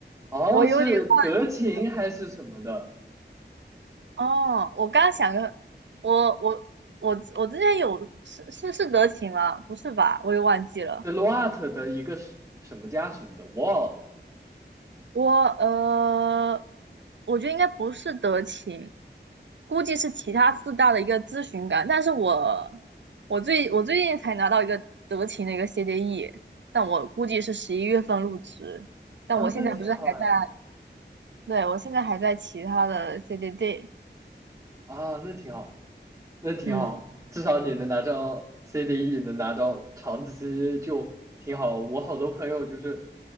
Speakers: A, on the right; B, on the right.
A: 好像是德勤还是什么的
B: 我有点忘记了。哦，我刚刚想个，我我我我之前有是是是德勤吗？不是吧？我也忘记了。
A: ，Deloitte 的一个什什么家什么的，忘了。
B: 我呃，我觉得应该不是德勤，估计是其他四大的一个咨询岗。但是我我最我最近才拿到一个德勤的一个 CDE，但我估计是十一月份入职。但我现在不是还在，
A: 啊，那挺好哎，
B: 对，我现在还在其他的 CDD，
A: 啊，那挺好，那挺好，
B: 嗯，
A: 至少你能拿到 CDE，能拿到长期就挺好。我好多朋友就是